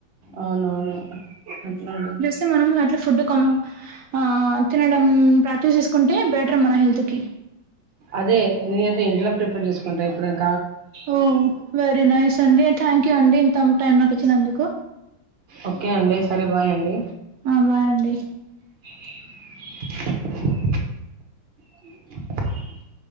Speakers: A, on the right; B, on the right.
A: అవునవును అట్లాంటిదే
B: తే మనం అట్లా ఫుడ్ కొంచం ఆ తినడం ప్రాక్టీస్ చేసుకుంటే బెటర్ మన హెల్త్‌కి
A: అదే నేనయితే ఇంట్లో ప్రిపేర్ చేసుకుంటా ఎప్పుడన్.
B: ఓ వెరీ నైస్ అండి థ్యాంక్ యూ అండి ఇంత టైమ్ నాకు ఇచ్చినందుకు.
A: ఓకే అండి సరే బాయ్ అండి.
B: ఆ బాయ్ అండి.
A: <inaudible> <inaudible>